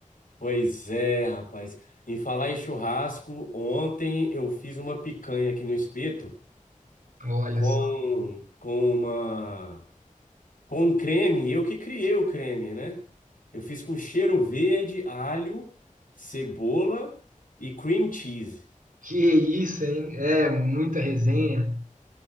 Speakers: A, on the left; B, on the right.
A: Pois é, rapaz. Em falar em churrasco, ontem eu fiz uma picanha aqui no espeto
B: Olha
A: com,
B: só.
A: com uma com um creme, eu que criei o creme, né? Eu fiz com cheiro verde, alho, cebola e cream cheese.
B: Que isso, hein? É, muita resenha.